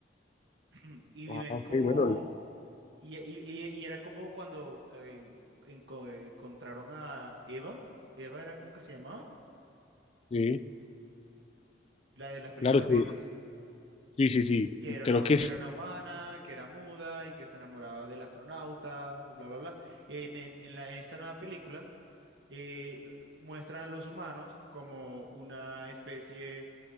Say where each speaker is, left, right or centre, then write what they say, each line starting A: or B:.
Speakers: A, on the right; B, on the left.
A: <clears throat> y viven
B: Ah, ok,
A: como...
B: bueno,
A: Y, y- y- y era como cuando eh, enco- encontraron a Eva. Eva era como que se llamaba,
B: sí,
A: la de las películas
B: claro,
A: viejas.
B: sí, sí, sí,
A: Que
B: sí,
A: era
B: creo
A: una,
B: que
A: que
B: sí,
A: era una humana, que era muda y que se enamoraba del astronauta, y bla, bla, bla. En, en- en la, en esta nueva película eh, l- muestran a los humanos como una especie